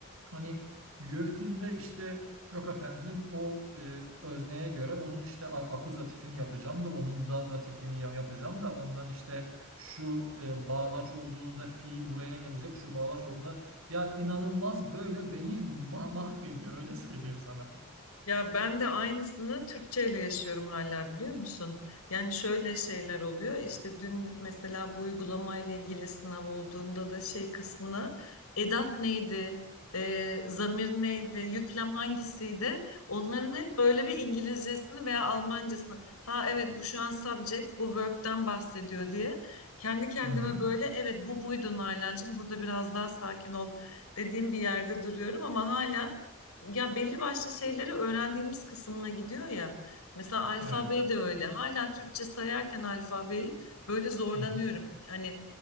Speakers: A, on the right; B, on the left.
A: Hani YÖKDİL'de işte yok efendim o e, özneye göre onun işte a- akuzatifini yapacağım da onun da datifini ya- yapacağım da ondan işte şu e, bağlaç olduğunda fiil buraya gelecek şu bağlaç olduğunda ya inanılmaz böyle beni ma- mahvediyor öyle söyleyeyim sana.
B: Ya ben de aynısını Türkçeyle yaşıyorum hala biliyor musun? Yani şöyle şeyler oluyor. İşte dün mesela bu uygulamayla ilgili sınav olduğunda da şey kısmına edat neydi, e, zamir neydi, yüklem hangisiydi? Onların hep böyle bir İngilizcesini veya Almancasını. Ha evet bu şu an subject, bu verb'den bahsediyor diye. Kendi kendime
A: Hı hı.
B: böyle evet bu buydu Nalan'cığım burada biraz daha sakin ol dediğim bir yerde duruyorum ama hala ya belli başlı şeyleri öğrendiğimiz kısmına gidiyor ya. Mesela alfabe
A: Evet.
B: de öyle. Hala Türkçe sayarken alfabeyi böyle zorlanıyorum.
A: Hı hı.
B: Hani